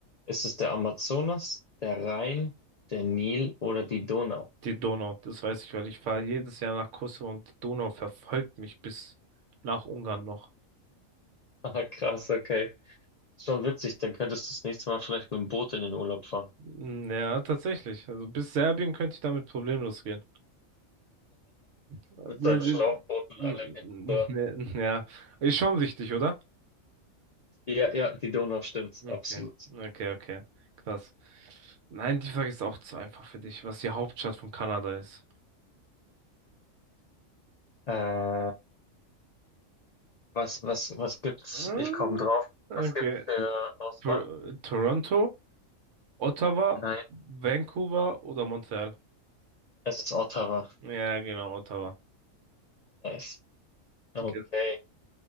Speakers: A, on the left (about 80°); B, on the right (about 70°).
A: Ist es der Amazonas, der Rhein, der Nil oder die Donau? <laughs>
B: die Donau, das weiß ich, weil ich fahre jedes Jahr nach Kosovo und die Donau verfolgt mich bis nach Ungarn noch.
A: Ah, krass, okay. Schon witzig, dann könntest du das nächste Mal vielleicht mit dem Boot in den Urlaub fahren.
B: Mm, Ja, tatsächlich. Also bis Serbien könnte ich damit problemlos gehen. Das
A: Mit seinem Schlauchboot
B: ist-
A: und
B: n-
A: allem
B: n-
A: hinten dran.
B: n- <laughs> Ja, ist schon wichtig, oder?
A: Ja, ja, die Donau stimmt,
B: Okay,
A: absolut.
B: okay, okay. Krass. Nein, die Frage ist auch zu einfach für dich, was die Hauptstadt von Kanada ist.
A: Äh, was, was, was gibt's?
B: Hm,
A: Ich komme drauf.
B: Okay.
A: Was gibt's für Auswahl?
B: Tor Toronto, Ottawa,
A: Nein,
B: Vancouver oder Montreal?
A: es ist Ottawa.
B: Ja, genau, Ottawa.
A: Nice. Okay.
B: Okay.